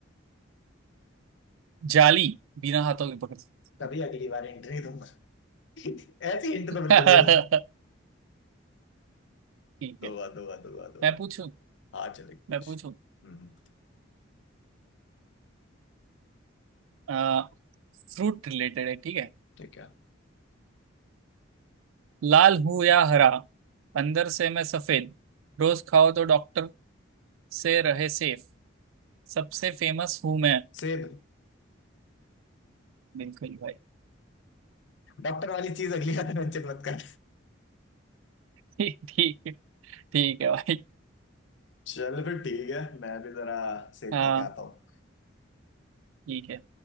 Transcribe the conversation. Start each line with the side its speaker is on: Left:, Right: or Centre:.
Right: जाली बिना हाथों के पकड़ सकते
Left: कभी अगली बार हिंट नहीं दूंगा <laughs> ऐसी हिंट तो बिल्कुल
Right: हैं
Left: नहीं दूँ
Right: <laughs> ठीक
Left: दुआ
Right: है
Left: दुआ दुआ दुआ
Right: मैं पूछूं
Left: हाँ चले कुछ
Right: मैं पूछूं
Left: हम्म
Right: आ, फ्रूट रिलेटेड है ठीक है
Left: ठीक है
Right: लाल हूं या हरा अंदर से मैं सफेद रोज खाओ तो डॉक्टर से रहे सेफ सबसे फेमस हूं मैं
Left: सेब
Right: बिल्कुल भाई <laughs>
Left: डॉक्टर वाली चीज अगली बार मेंशन मत कर।
Right: ठीक ठीक है ठीक है भाई
Left: चल फिर ठीक है मैं भी जरा सेब
Right: हाँ
Left: खा के आता हूँ
Right: ठीक है